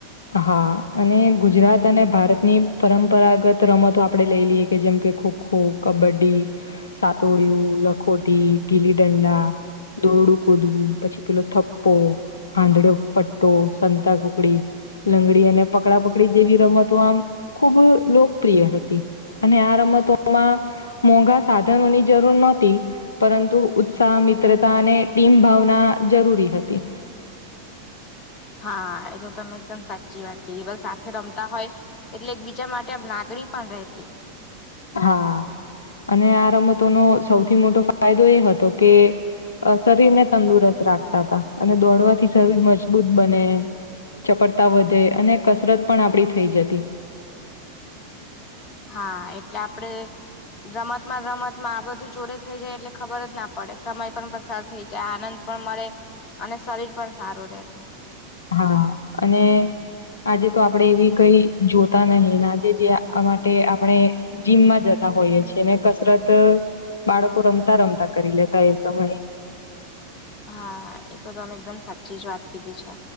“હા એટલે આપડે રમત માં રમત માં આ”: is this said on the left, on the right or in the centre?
Left